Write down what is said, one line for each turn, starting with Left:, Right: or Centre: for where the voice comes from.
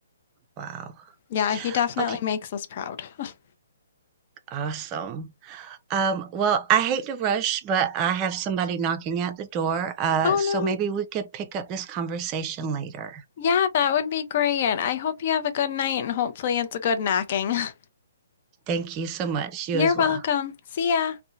Right: Wow.
Left: Yeah, he definitely
Right: Okay,
Left: makes us proud. <laughs>
Right: awesome. Um well, I hate to rush, but I have somebody knocking at the door. Uh
Left: Oh
Right: so
Left: no.
Right: maybe we could pick up this conversation later.
Left: Yeah, that would be great. I hope you have a good night and hopefully it's a good knocking. <laughs>
Right: Thank you so much. You
Left: You're
Right: as well.
Left: welcome. See ya.